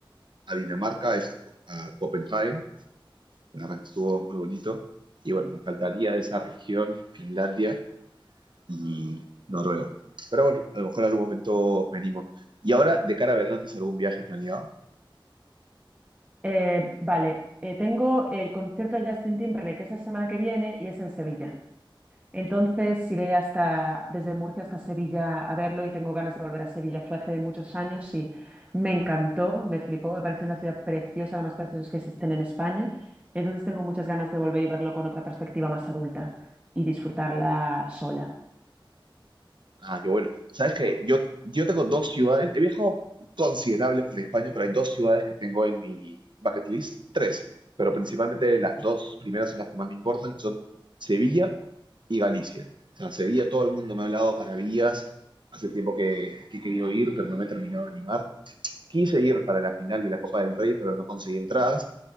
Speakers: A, on the right; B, on the right.
A: a Dinamarca, a, Esto- a Copenhague, la verdad que estuvo muy bonito. Y bueno, me faltaría esa región, Finlandia y Noruega. Pero bueno, a lo mejor en algún momento venimos Y ahora, de cara a verano, ¿tienes algún viaje planeado?
B: Eh, vale, eh, tengo el concierto de Justin Timberlake, que es la semana que viene y es en Sevilla. Entonces iré hasta, desde Murcia hasta Sevilla a verlo y tengo ganas de volver a Sevilla. Fue hace muchos años y me encantó, me flipó, me pareció una ciudad preciosa, la más preciosa que existen en España. Entonces tengo muchas ganas de volver y verlo con otra perspectiva más adulta y disfrutarla sola.
A: Ah, qué bueno. Sabes que yo, yo tengo dos ciudades, he viajado considerable por España, pero hay dos ciudades que tengo en mi bucket list, tres, pero principalmente las dos primeras son las que más me importan, que son Sevilla y Galicia. O sea, Sevilla todo el mundo me ha hablado maravillas, hace tiempo que, que he querido ir, pero no me he terminado de animar. Quise ir para la final de la Copa del Rey, pero no conseguí entradas.